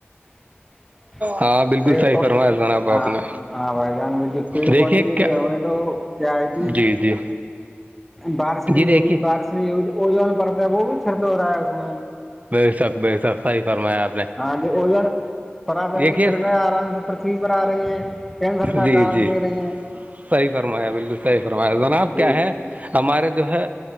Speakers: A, in the centre; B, on the right.
A: <inaudible>
B: ہاں بالکل
A: پ
B: صحیح
A: پ
B: فرمایا جناب
A: ہاں
B: آپ نے
A: ہاں بھائی جان ب پیڑ
B: دیکھیے
A: پودے نہیں
B: کیا
A: رہے ہمیں تو کیا ہے کہ
B: جی جی
A: بارش نہیں
B: جی دیکھیے
A: ہوگی بارش نہیں ہوگی تو وہ جو پڑتا ہے وہ بھی چرد ہو رہا ہے اس میں
B: بے شک بے شک صح فرمایاپ
A: ہاں جو ا ج پرا
B: دیکھیے
A: کرنے آ رہا ہے پرتھوی پر آ رہی ہیں کینسر کا
B: جی
A: کارن
B: جی
A: لے رہی ہیں
B: صحیح فرمایا بالکل صحیح فرمایا جناب
A: جی
B: کیا ہے ہمارے جو ہے